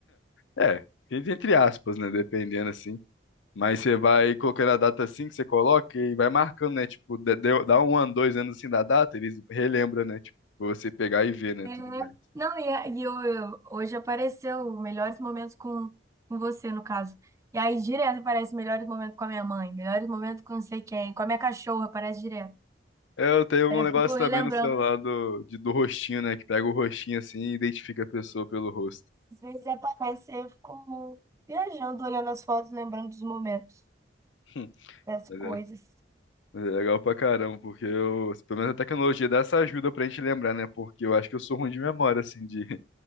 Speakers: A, on the left (about 85°); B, on the right (about 15°).
A: É, entre aspas, né? Dependendo assim. Mas você vai colocando a data assim que você coloca e vai marcando, né? Tipo, dá dá um ano, dois anos assim da data, eles relembram, né? Tipo, pra você pegar e ver, né?
B: É,
A: Tudo mais.
B: não, e, a- e eu, eu- hoje apareceu melhores momentos com, com você, no caso. E aí direto aparece melhores momentos com a minha mãe, melhores momentos com não sei quem, com a minha cachorra, aparece direto.
A: Eu tenho
B: Aí
A: um
B: Eu
A: negócio
B: fico relembrando.
A: também no celular do, de- do rostinho, né? Que pega o rostinho assim e identifica a pessoa pelo rosto.
B: Às vezes aparece, aí eu fico viajando, olhando as fotos, lembrando dos momentos,
A: <laughs>
B: das
A: Mas
B: coisas.
A: é É legal pra caramba, porque eu, pelo menos a tecnologia dá essa ajuda pra gente lembrar, né? Porque eu acho que eu sou ruim de memória, assim, de... <laughs>